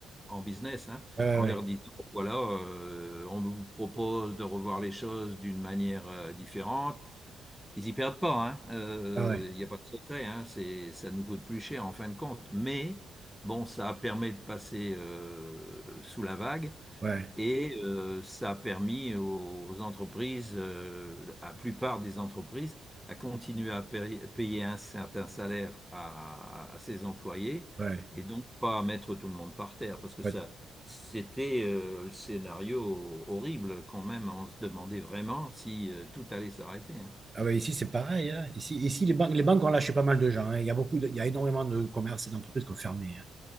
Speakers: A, in the centre; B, on the right (about 25°).
A: en business, hein,
B: ouais,
A: en
B: ouais.
A: leur disant, voilà, euh, on vous propose de revoir les choses d'une manière euh, différente. Ils y perdent pas, hein, euh,
B: Ah ouais,
A: il n'y a pas de secret, hein, c'est, ça nous coûte plus cher en fin de compte. Mais bon, ça permet de passer euh, sous la vague.
B: ouais,
A: Et euh, ça a permis aux entreprises, euh, à la plupart des entreprises, à continuer à paye- payer un certain salaire à, à ses employés
B: ouais.
A: et donc pas mettre tout le monde par terre parce que
B: Ouais.
A: ça, c'était euh, le scénario horrible quand même. On se demandait vraiment si euh, tout allait s'arrêter. hein.
B: Ah ouais, ici, c'est pareil. hein. Ici, ici les banques, les banques ont lâché pas mal de gens. hein. Il y a beaucoup de- il y a énormément de commerces et d'entreprises qui ont fermé. hein.